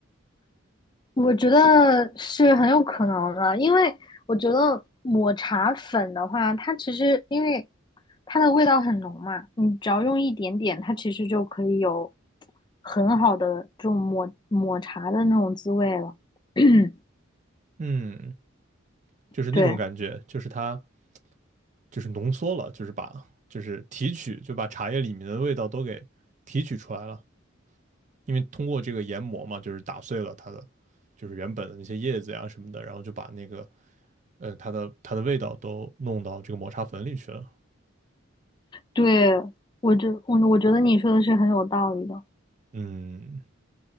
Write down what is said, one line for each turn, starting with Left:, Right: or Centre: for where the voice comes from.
Left: 我觉得是很有可能的，因为我觉得抹茶粉的话，它其实因为它的味道很浓嘛，你只要用一点点，它其实就可以有很好的这种抹抹茶的那种滋味了。嗯
Right: 嗯，就是那种感觉，
Left: 对
Right: 就是它就是浓缩了，就是把就是提取就把茶叶里面的味道都给提取出来了。因为通过这个研磨嘛，就是打碎了它的就是原本的那些叶子呀什么的，然后就把那个呃它的它的味道都弄到这个抹茶粉里去了。
Left: 对，我觉我我觉得你说的是很有道理的。
Right: 嗯，